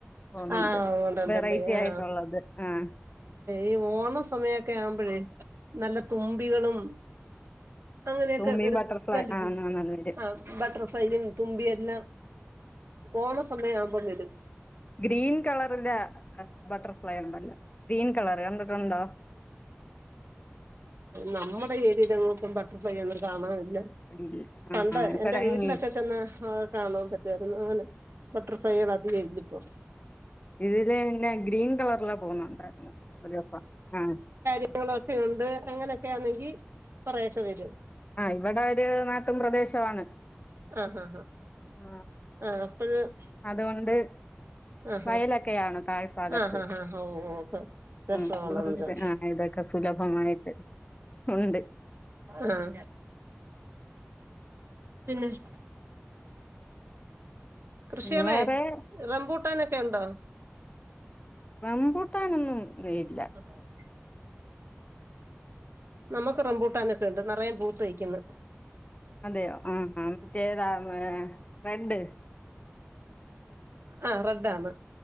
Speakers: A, on the left; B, on the right.
A: പോന്നുണ്ട്
B: ആഹ് ഉണ്ടുണ്ടല്ലേ
A: വെറൈറ്റി ആയിട്ടുള്ളത്.
B: ആഹ്
A: ആഹ്
B: ഈ ഓണ സമയൊക്കെ ആവുമ്പഴേ നല്ല തുമ്പികളും അങ്ങനെയൊക്കെ
A: തുമ്പിയും
B: വരുന്നെ
A: ബട്ടർഫ്ലൈ
B: കണ്ടിട്ടുണ്ട്
A: ആ എന്നാ വരും
B: ആ ബട്ടർഫ്ലൈയും തുമ്പിയു എല്ലാം ഓണ സമയം ആവുമ്പോ വരും.
A: ഗ്രീൻ കളറിലെ ബട്ടർഫ്ലൈ ഒണ്ടല്ലോ, ഗ്രീൻ കളർ കണ്ടിട്ടുണ്ടോ?
B: നമ്മുടെ ഏരിയില് അങ്ങോട്ടു ബട്ടർഫ്ലൈ ഒന്നും കാണാറില്ല.
A: ഇല്ല ആ
B: പണ്ട്
A: ആ ഇവിടെ
B: എന്റെ വീട്ടിലൊക്കെ
A: ഈ-
B: ചെന്നാൽ കാണൻ പറ്റും രുന്നു അങ്ങനെ ബട്ടർഫ്ലൈകൾ അധികം ഇല്ല ഇപ്പൊ
A: ഇതില് പിന്നെ ഗ്രീൻ കളറിലെ പോന്നൊണ്ടാരുന്നു ഒരു ദിവസം കളറിപോകുന്നുണ്ടായിരുന്നു ഒരുപ്പം ആ
B: ങ്ങളൊക്കെ ഒണ്ട് അങ്ങനെയൊക്കെ ആണെങ്കിൽ കൊറേശ്ശേ വരും
A: ആഹ് ഇവിടെ ഒരു നാട്ടും പ്രദേശമാണ്
B: ആഹ്
A: ആ,
B: ആഹ് അപ്പഴ് -
A: അതുകൊണ്ട്-
B: ആഹ്
A: വയലൊക്കെയാണ് താഴ്ഭാഗത്ത്
B: ആഹ് ആഹ് <unintelligible> രസമാണ്
A: ഉം അതുകൊണ്ട്
B: എല്ലാം
A: ഇത് ആ ഇതൊക്കെ സുലഭമായിട്ട് ഉണ്ട്
B: ആഹ് പിന്നെ - കൃഷികളെ
A: പിന്നെ വേറെ
B: റംമ്പൂട്ടാനൊക്കെ ഒണ്ടോ
A: റമ്പുട്ടാനൊന്നും ഇതില് ഇല്ല
B: ഓഹ് നമുക്ക് റംബൂട്ടാനൊക്കെ ഒണ്ട് നെറയെ പൂത്ത് നിക്കുന്നു
A: അതെയോ ആഹ് ആഹ് ഏതാ റെഡ്
B: ആഹ് റെഡാണ്